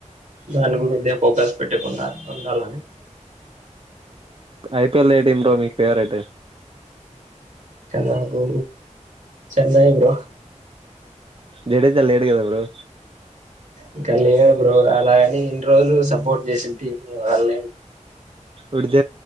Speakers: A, on the right (about 70°); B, on the right (about 45°).
A: దాని గురించే ఫోకస్ పెట్టకుండా ఉండాలని
B: ఐపిఎల్ ఏడిం రో మీ ఫేర్యిట్
A: కనకుూ చన్న ఇవ్ర
B: జడేజా లేడ కధ బ్రో
A: ఇంకా లేదు బ్రో అలాగని ఇన్ని రోజులు సపోర్ట్ చేసిన టీమ్ వాళ్ళ
B: ఉడుద